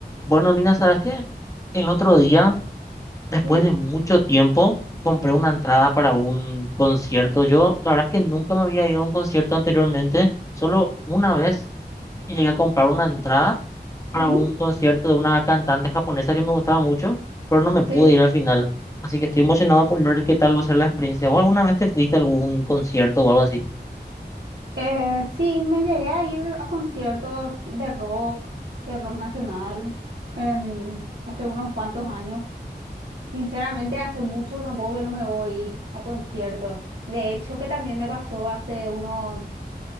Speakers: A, on the left; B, on the right.
A: Bueno, mira, ¿sabes qué? El otro día, después
B: Sí,
A: de mucho tiempo, compré una entrada para un concierto. Yo, la verdad es que nunca me había ido a un concierto anteriormente. Solo una vez que llegué a comprar una entrada para
B: ujú,
A: un concierto de una cantante japonesa que me gustaba mucho, pero no me pude
B: sí.
A: ir al final. Así que estoy emocionado por ver qué tal va a ser la experiencia. ¿Vos alguna vez te fuiste a algún concierto o algo así?
B: Eh, sí, me llegué a ir a conciertos de rock, de rock nacional, en, hace unos cuantos años. Sinceramente, hace mucho tampoco que no me voy a conciertos. De hecho, que también me pasó hace unos